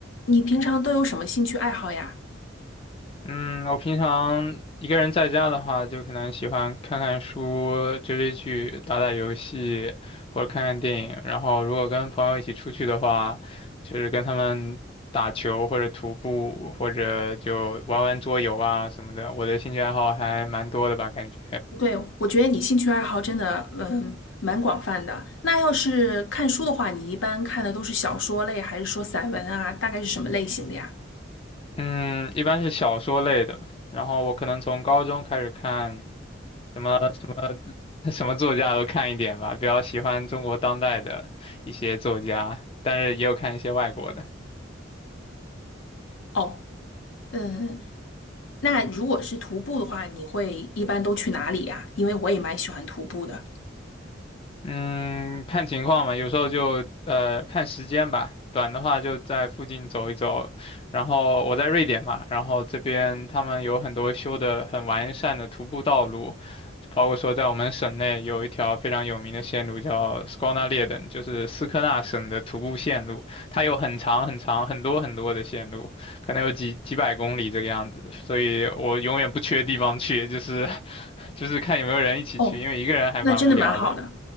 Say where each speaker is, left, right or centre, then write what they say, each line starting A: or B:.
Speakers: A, on the left; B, on the left.
A: 你平常都有什么兴趣爱好呀？
B: 嗯，我平常一个人在家的话，就可能喜欢看看书、追追剧、打打游戏，或者看看电影。然后，如果跟朋友一起出去的话，就是跟他们打球或者徒步，或者就玩玩桌游啊什么的。我的兴趣爱好还蛮多的吧，感觉。
A: 对，我觉得你兴趣爱好真的，嗯，蛮广泛的。那要是看书的话，你一般看的都是小说类，还是说散文啊？大概是什么类型的呀？
B: 嗯，一般是小说类的。然后我可能从高中开始看。什么。<laughs> 什么作家都看一点吧，比较喜欢中国当代的一些作家，但是也有看一些外国的。
A: 哦，嗯，那如果是徒步的话，你会一般都去哪里呀？因为我也蛮喜欢徒步的。
B: 嗯，看情况吧，有时候就呃看时间吧，短的话就在附近走一走。然后我在瑞典嘛，然后这边他们有很多修的很完善的徒步道路，包括说在我们省内有一条非常有名的线路叫 Skånaleden，就是斯科纳省的徒步线路，它有很长很长很多很多的线路，可能有几几百公里这个样子，所以我永远不缺地方去，就是 <laughs> 就是看有没有人一起去，
A: 哦，
B: 因为一个人还蛮无聊的。
A: 那真的蛮好的。